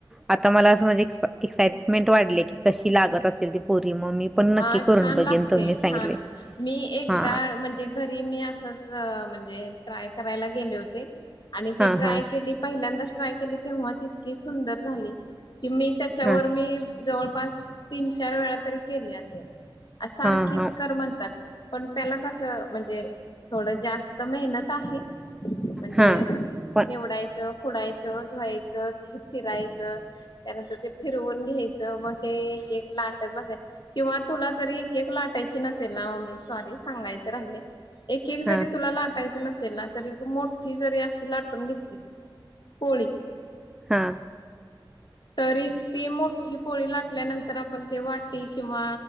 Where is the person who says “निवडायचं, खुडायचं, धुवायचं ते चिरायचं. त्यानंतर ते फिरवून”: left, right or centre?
Left